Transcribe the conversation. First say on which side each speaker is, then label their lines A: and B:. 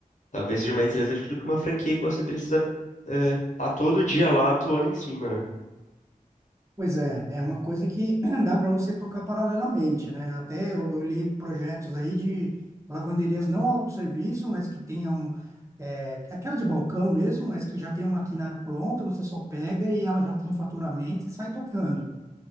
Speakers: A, on the left; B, on the right.
A: Talvez seja mais interessante do que uma franquia que você precisa estar todo dia lá atuando em cima, né?
B: Pois é, é uma coisa que <clears throat> dá para você tocar paralelamente, né? Até eu olhei projetos aí de lavanderias não autosserviço, mas que tenham é, aquela de balcão mesmo, mas que já tem um maquinário pronto, você só pega e ela já tem faturamento e sai tocando.